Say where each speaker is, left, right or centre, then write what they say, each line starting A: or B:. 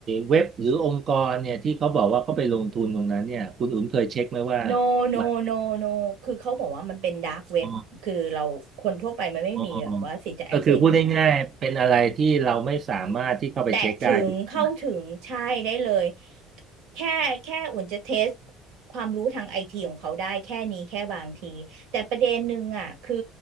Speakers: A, on the right; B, on the right.
A: เว็บหรือองค์กรเนี่ยที่เขาบอกว่าเขาไปลงทุนตรงนั้นเนี่ยคุณอุ๋มเคยเช็คไหมว่า
B: no no
A: มัน
B: no no คือเขาบอกว่ามันเป็นดาร์กเว็บคือเราคนทั่วไปมันไม่มีแบบว่าสิทธิ์จะ
A: อ๋ออ๋ออ๋อ
B: access
A: ก็คือพูดง่ายๆเป็นอะไรที่เราไม่สามารถที่เข้าไปเช็คได้ถูกไหม
B: อยู่แล้ว แตะถึงเข้าถึงใช่ได้เลยแค่แค่อุ่นจะเทสความรู้ทางไอทีของเขาได้แค่นี้แค่บางทีแต่ประเด็นหนึ่งอ่ะคือ